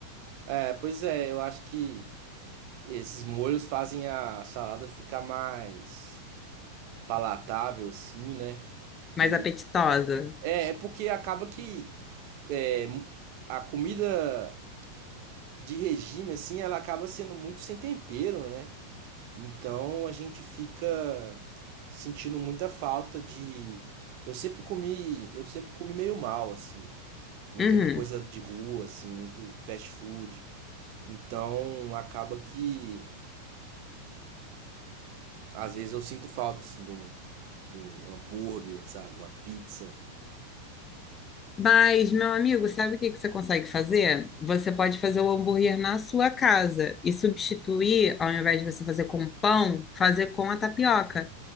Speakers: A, on the right; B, on the left.
A: É, pois é, eu acho que esses molhos fazem a salada ficar mais palatável assim, né? E
B: Mais apetitosa.
A: é, é porque acaba que é, a comida de regime, assim, ela acaba sendo muito sem tempero, né? Então a gente fica sentindo muita falta de. Eu sempre comi, eu sempre comi meio mal, assim. Muita
B: Uhum.
A: coisa de rua, assim, muito fast food. Então acaba que às vezes eu sinto falta, assim, de um, de um hambúrguer, sabe? Uma pizza.
B: Mas, meu amigo, sabe o que que você consegue fazer? Você pode fazer o hambúrguer na sua casa e substituir, ao invés de você fazer com pão, fazer com a tapioca.